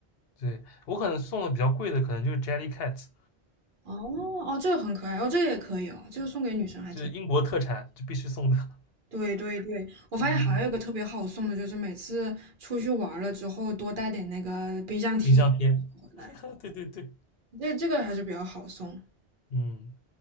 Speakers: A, on the left; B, on the right.
A: 对我可能送的比较贵的，可能就是 Jellycat，
B: 哦哦，这个很可爱哦，这个也可以哦，这个送给女生还挺。
A: 就是英国特产，就必须送的。
B: 对对对，我发现还有一个特别好送的，
A: 嗯，
B: 就是每次出去玩儿了之后多带点那个冰箱贴
A: 冰箱贴。
B: 回来，
A: <laughs> 对对对，
B: 这这个还是比较好送。
A: 嗯，